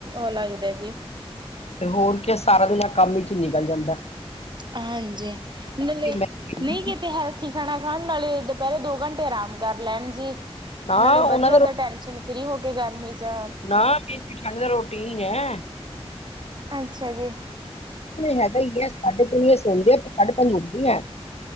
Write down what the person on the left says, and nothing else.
ਤੇ ਹੋਰ ਕੀ ਸਾਰਾ ਦਿਨਾਂ ਕੰਮ ਈ ਚ ਨਿਕਲ ਜਾਂਦੈ
ਮੈਂ ਬਿਜੀ
ਨਾ
ਉਹਨਾਂ
ਦਾ
ਨਾ ਮੇਰੀ ਜੇਠਾਣੀ ਦਾ ਰੂਟੀਨ ਹੈ
ਹੈਗਾ ਈ ਐ ਸਾਡੇ ਤਿਨ ਵਜੇ ਸੋਦੇ ਐ ਸਾਡੇ ਪੰਜ ਉਠਦੀ ਐ।